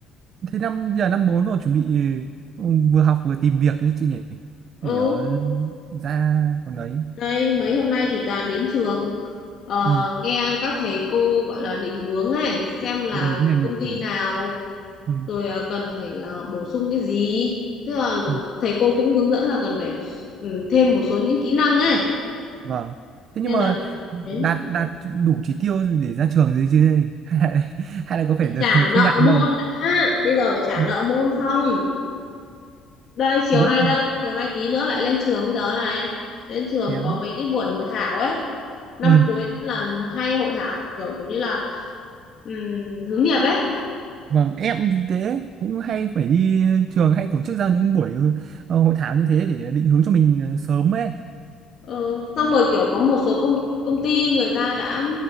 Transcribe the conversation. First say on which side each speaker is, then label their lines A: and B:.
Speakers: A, on the right; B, on the left.
A: thế năm giờ năm bốn rồi chuẩn bị ừ, vừa học vừa tìm việc đấy chị nhỉ
B: ừ
A: để ờ, ra còn đấy
B: Đây, mấy hôm nay thì toàn đến trường ờ,
A: ừ.
B: nghe các thầy cô gọi là định hướng này, xem là
A: định hướng nghề nghiệp
B: công ty
A: ừ.
B: nào
A: Ừ.
B: rồi ờ, cần phải ờ, bổ sung cái gì. Tức là
A: Ừ.
B: thầy cô cũng hướng dẫn là cần phải ừ, thêm một số những kỹ năng ấy.
A: vâng thế nhưng
B: Nên
A: mà
B: đợt này
A: đạt
B: đấy
A: đạt đủ chỉ tiêu để ra trường rồi chứ <laughs> hay là, hay là có phải
B: trả
A: <laughs> thi
B: nợ
A: lại
B: môn
A: không
B: đã, bây giờ phải trả
A: Ừ.
B: nợ môn xong. Đây chiều
A: vẫn
B: nay đây, chiều nay tí nữa lại lên trường bây giờ này. Lên trường
A: thế á.
B: có mấy cái buổi hội thảo ấy, năm
A: ừ.
B: cuối là hay hội thảo kiểu như là ừm, hướng nghiệp ấy
A: Vâng, em thì thế cũng hay phải đi trường hay tổ chức ra những buổi ờ, ờ, hội thảo như thế để định hướng cho mình ờ, sớm ấy.
B: Ừ, xong rồi kiểu có một số công công ty người ta đã